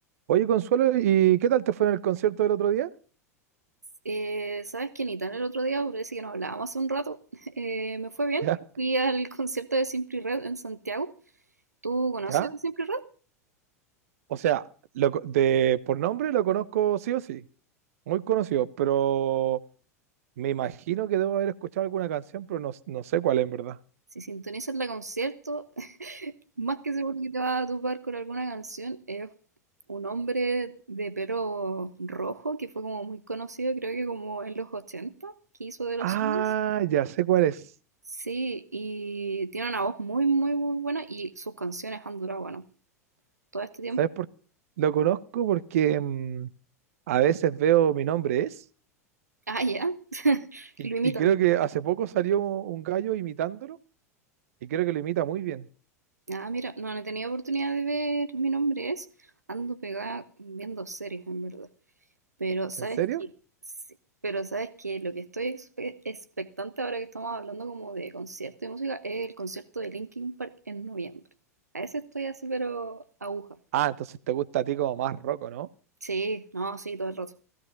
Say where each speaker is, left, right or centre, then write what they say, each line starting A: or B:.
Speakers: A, on the right (about 60°); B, on the right (about 85°).
A: Oye, Consuelo, ¿y qué tal te fue en el concierto del otro día?
B: Eh, ¿sabes qué, Nitán? El otro día, parece que nos hablábamos hace un rato, <laughs> eh, me fue bien.
A: <laughs> ¿Ya?
B: Fui al concierto de Simply Red en Santiago. ¿Tú conoces
A: ¿Ya?
B: a Simply Red?
A: O sea, lo co- de, por nombre lo conozco sí o sí, muy conocido, pero me imagino que debo haber escuchado alguna canción, pero no, no sé cuál en verdad.
B: Si sintonizas la concierto, <laughs> más que seguro que te vas a topar con alguna canción. Es un hombre de pelo rojo que fue como muy conocido, creo que como en los 80, que hizo de los
A: Ah,
B: suyos.
A: ya sé cuál es.
B: Sí, y tiene una voz muy, muy, muy buena y sus canciones han durado, bueno, todo este tiempo.
A: ¿Sabes por Lo conozco porque mm, a veces veo mi nombre es,
B: Ah, ya. <laughs>
A: y,
B: Y lo imitan.
A: y creo que hace poco salió un gallo imitándolo, y creo que lo imita muy bien.
B: Ah, mira, no, no he tenido oportunidad de ver Mi nombre es. Ando pegada viendo series, en verdad. Pero sabes
A: ¿En serio?
B: que, sí, pero sabes que lo que estoy expe- expectante ahora que estamos hablando como de concierto y música es el concierto de Linkin Park en noviembre. A ese estoy así, pero aguja.
A: Ah, entonces te gusta a ti como más roco, ¿no?
B: Sí, no, sí, todo el rato.